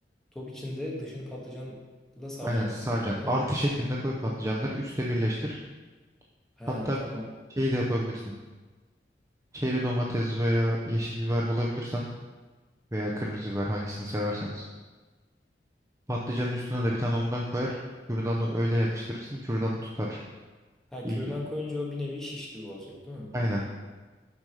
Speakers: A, in the centre; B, on the right.
A: Top içinde dışını patlıcanla saracağım
B: Aynen saracaksın.
A: yani değil
B: Artı
A: mi?
B: şeklinde koy patlıcanları üste birleştir.
A: Ha
B: Hatta
A: tamam.
B: şeyi de yapabilirsin. Çeri domates veya yeşil biber bulabilirsen veya kırmızı biber hangisini severseniz. Patlıcanın üstüne de bir tane ondan koyar. Kürdanı öyle yapıştırırsın. Kürdanı tutar.
A: Ha
B: İyi
A: kürdan
B: tut.
A: koyunca o bir nevi şiş gibi olacak değil mi?
B: Aynen.